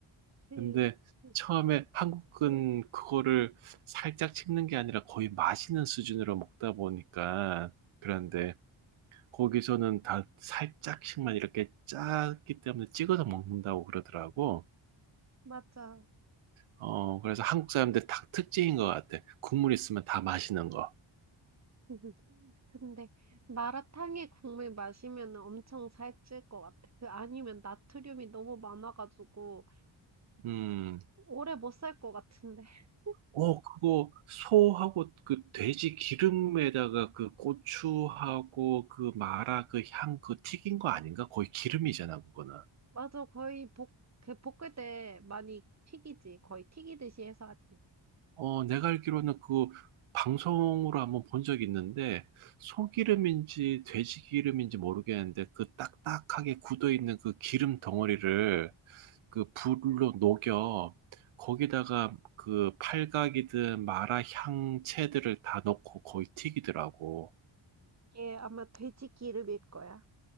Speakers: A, on the right; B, on the right.
A: 그치.
B: 근데
A: 응,
B: 처음에 한국은 그거를 살짝 씹는 게 아니라 거의 마시는 수준으로 먹다 보니까 그런데 거기서는 다 살짝씩만 이렇게 짰기 때문에 찍어서 먹는다고 그러더라고.
A: 맞아.
B: 어, 그래서 한국 사람들 닭 특징인 것 같아. 국물 있으면 다 마시는 거.
A: <laughs> 근데 마라탕에 국물 마시면 엄청 살찔 것 같아. 그 아니면 나트륨이 너무 많아가지고
B: 음.
A: 오래 못 살 것 같은데. <laughs>
B: 어, 그거 소하고 그 돼지 기름에다가 그 고추하고 그 마라 그 향 그 튀긴 거 아닌가? 거의 기름이잖아, 그거는.
A: 맞아, 거의 볶, 그 볶을 때 많이 튀기지. 거의 튀기듯이 해서 하지.
B: 어, 내가 알기로는 그 방송으로 한번 본 적이 있는데 소기름인지 돼지 기름인지 모르겠는데 그 딱딱하게 굳어 있는 그 기름 덩어리를 그 불로 녹여 거기다가 그 팔각이든 마라 향채들을 다 넣고 거의 튀기더라고.
A: 이게 아마 돼지 기름일 거야.